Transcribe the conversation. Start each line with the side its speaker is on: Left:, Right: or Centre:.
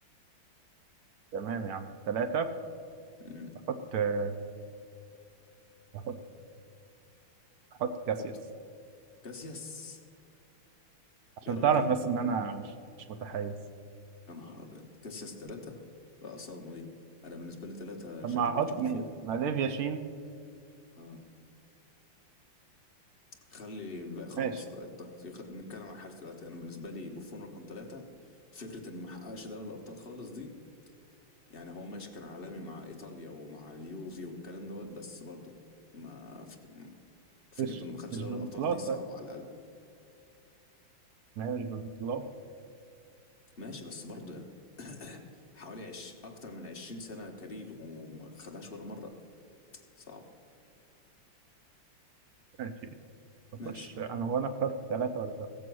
Right: تمام يا عم ثلاثه
Left: مم.
Right: احط آه، هحط هحط كاسياس
Left: حط كاسياس
Right: عشان
Left: يا راجل
Right: تعرف بس ان انا مش مش متحيز
Left: يا نهار أبيض كاسياس ثلاثة بقى صدمة دي أنا بالنسبة لي ثلاثة
Right: طب
Left: جان
Right: ما
Left: لويجي
Right: هحط
Left: بوفون
Right: مين؟ ما ليفيا شين
Left: اه خلي بقى خلاص
Right: ماشي
Left: التقطيع خ- نتكلم عن الحارس دلوقتي انا بالنسبه لي بوفون رقم ثلاثه فكره انه ما حققش دوري الابطال خالص دي يعني هو ماشي كان عالمي مع ايطاليا ومع اليوفي والكلام دوت بس برضه ما ف- فكره
Right: مش
Left: انه ما خدش
Right: مش
Left: دوري
Right: بالبطولات
Left: الابطال دي صعبه
Right: طيب
Left: على القلب
Right: ما هي مش بالبطولات
Left: ماشي بس برضه يعني حوالي عش... اكتر من 20 سنه كارير وما خدهاش ولا مره صعبه
Right: ماشي نخش
Left: ماشي
Right: انا وانا اخترت ثلاثة ولا لا